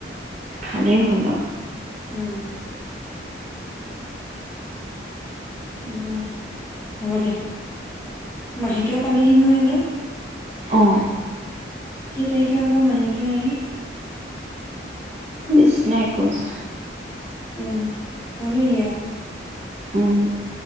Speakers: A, on the right (about 35°); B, on the left (about 15°).
A: খালেই হ'ল আৰু।
B: উম। দিয়া হ'ব দিয়া। মাহেকেও পালেহি নহয়, সিহঁতৰ
A: অ'।
B: কেই তাৰিখে হ'ব? মাহেকীয়া জানো
A: বিছ নে একৈশ?
B: উম, পালেহিয়েই, আকৌ
A: উম